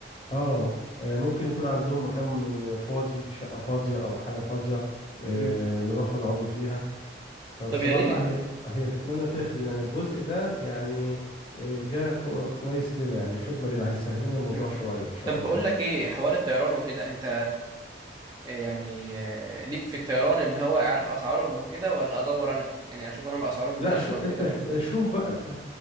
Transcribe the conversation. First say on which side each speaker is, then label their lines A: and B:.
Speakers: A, on the left; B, on the right.
A: اه آه، ممكن يكون عندهم مكان من فاضي شقة فاضية أو حاجة فاضية آه،
B: امم
A: نروح ونقعدوا فيها فبصراحة
B: طب يا ريت
A: هي هي تتمنى تخدم يعني الجزء ده يعني آه، جا كو- كويس لنا يعني خدمة لنا هيسهل لنا الموضوع
B: امم
A: شوية إن شاء
B: طب
A: الله
B: بقول لك ايه حوار الطيران وكده انت آه، يعني آه، ليك في الطيران ان هو عارف اسعارهم وكده ولا ادور انا يعني اشوف انا الاسعار المناسبه
A: لا شو
B: وكده
A: أنت ش- آه، شوف بقى أنت